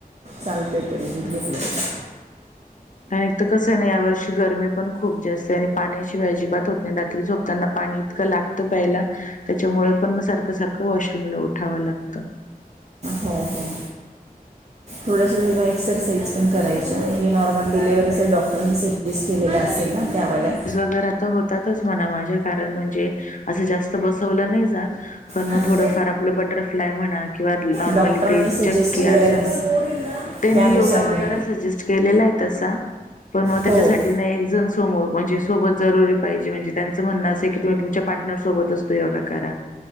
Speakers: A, on the right; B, on the left.
A: चालतयं तरी दूध घेतली तरी.
B: आणि तर कसं आहे नाही या वर्षी गरमी पण खूप जास्त आणि पाण्याची अजिबात होत नाही रात्री झोपताना पाणी क लागतं प्यायला त्याच्यामुळे पण म सारखं - सारखं वॉशरूम ला उठाव लागतं.
A: हो हो थोडसं एक्सरसाइज? पण करायच्या म्हणजे नॉर्मल डिलेव्हरीचा डॉक्टरनी सजेस्ट केलेला असेल ना त्या वाल्या
B: घरात होतातच म माझे कारण म्हण ते असे जास्त बसवलं नाही जात. पण मग
A: हम्म.
B: थोडं फार आपलं बटरफ्लाय म्हणा की नॉर्मली
A: डॉक्टरांनी
B: ते
A: सजेस्ट
B: चक्की
A: केलेलं
B: आसन
A: असेल
B: ते
A: त्यानुसार
B: मी योगा वगैरे
A: घ्या
B: सजेस्ट केलं. दिलेला आहे तसा पण त्याच्यासाठी.
A: हो
B: एक जण समोर म्हणजे सोबत जरुरी पाहिजे त्यांचं म्हणणं असं की तुम्ही तुमच्या पार्टनर सोबत असतो योगा करा.